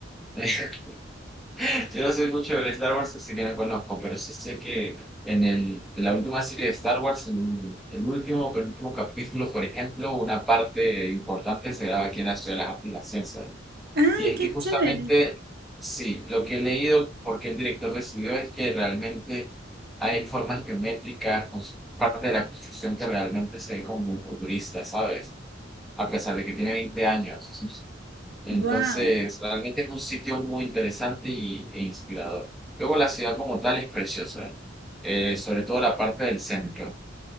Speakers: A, in the centre; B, on the right.
A: <laughs> yo no soy mucho de Star Wars, así que no conozco, pero sí sé que en el, en la última serie de Star Wars, en el último, penúltimo capítulo, por ejemplo, una parte importante se graba aquí en la ciudad de las, en
B: ¡Ay,
A: Y es
B: qué
A: que justamente,
B: chévere!
A: sí, lo que he leído, porque el director decidió es que realmente hay formas geométricas, cons- parte de la construcción que realmente se ve como muy futurista, ¿sabes? A pesar de que tiene 20 años. Entonces,
B: ¡Wow!
A: realmente es un sitio muy interesante y, e inspirador. Luego la ciudad como tal es preciosa, eh, sobre todo la parte del centro.